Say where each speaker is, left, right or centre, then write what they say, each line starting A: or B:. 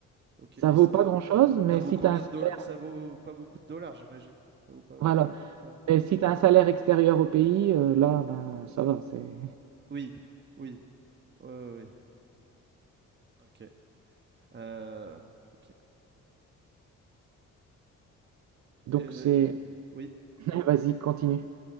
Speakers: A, on the right; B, on the right.
A: Ok.
B: Ça
A: Et
B: vaut
A: c'est-
B: pas grand-chose, mais
A: ça vaut
B: si
A: combien
B: tu as un salaire,
A: de dollars? Ça vaut pas beaucoup de dollars, j'imagine. Ça vaut pas.
B: voilà.
A: pas- ouais.
B: Mais si t'as un salaire extérieur au pays, euh, là, ben, ça va. C'est...
A: Oui. Oui. Oui. oui. Ok. Euh, ok.
B: Donc,
A: Euh,
B: c'est.
A: oui.
B: <laughs> Vas-y, continue.